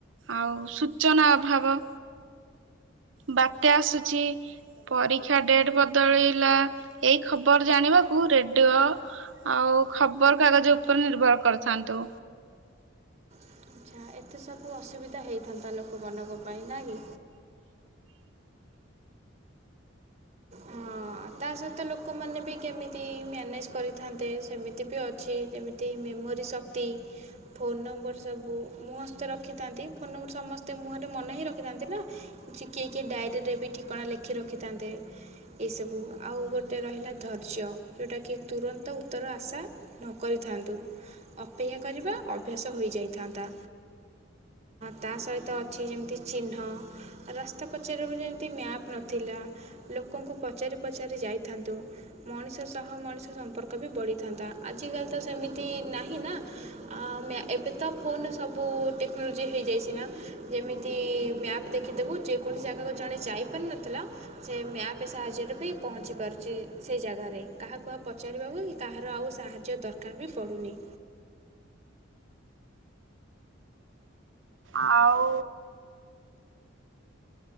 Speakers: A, on the right; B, on the right.
A: ଆଉ ସୂଚନା ଅଭାବ ବାତ୍ୟା ଆସୁଛି ପରୀକ୍ଷା ଡେଟ୍ ବଦଳିଲା ଏଇ ଖବର ଜାଣିବା କୁ ରେଡିଓ ଆଉ ଖବର କାଗଜ ଉପରେ ନିର୍ଭର କରିଥାନ୍ତୁ।
B: ଆଚ୍ଛା ଏତେ ସବୁ ଅସୁବିଧା ହେଇଥାନ୍ତା ଲୋକମାନଙ୍କ ପାଇଁ ନା କି। ହଁ। ତା ସହିତ ଲୋକମାନେ ବି କେମିତି ମ୍ୟାନେଜ କରିଥାନ୍ତେ ସେମିତି ବି ଅଛି ଯେମିତି ମୋରି ଶକ୍ତି ଫୋନ ନମ୍ବର ସବୁ ମୁଁହସ୍ତ ରଖିଥାନ୍ତି ଫୋନ ନମ୍ବର ସମସ୍ତେ ମୁହରେ ରଖିଥାନ୍ତି ନା କିଏ କିଏ ଡାଏରୀରେ ବି ଠିକଣା ଲେଖି ରଖିଥାନ୍ତେ। ଏସବୁ ଆଉ ଗୋଟେ ରହିଲା ଧୈର୍ଯ୍ୟ ଯେଉଁଟାକି ତୁରନ୍ତ ଉତ୍ତର ଆଶା ନ କରିଥା ନ୍ତୁ ଅପେକ୍ଷା କରିବା ଅଭ୍ୟାସ ହୋଇଯାଇଥାନ୍ତା। ତା ସହିତ ଅଛି ଯେମିତି ଚିହ୍ନ ରାସ୍ତା ପଚାରି ପଚାରିବ ଯେମିତି ମ୍ୟାପ ନଥିଲା ଲୋକଙ୍କୁ ପଚାରି ପଚାରି ଯାଇଥାନ୍ତୁ ମଣିଷ ସହ ମଣିଷ ସମ୍ପର୍କ ବି ବଢ଼ିଥାନ୍ତା ଆଜିକାଲି ତ ସେ ମିତି ନାହିଁ ନା ଆ ଏବେ ତ ଫୋନ ସବୁ ଟେକ୍ନୋଲୋଜି ହେଇଯାଇଚି ନା ଯେମିତି ମ୍ୟାପ ଦେଖିଦେବୁ ଯେକୌଣସି ଜାଗାକୁ ଜଣେ ଯାଇପାରୁନଥିଲା ସେ ମ୍ୟାପ ସାହାଯ୍ୟରେ ବି ପହଞ୍ଚି ପାରୁଚି ସେ ଜାଗାରେ କାହାକୁୁ ଆଉ ପଚାରିବାକୁ କି କାହାର ଆଉ ସାହାଯ୍ୟ ଦର କାର ବି ପଡୁନି।
A: ଆଉ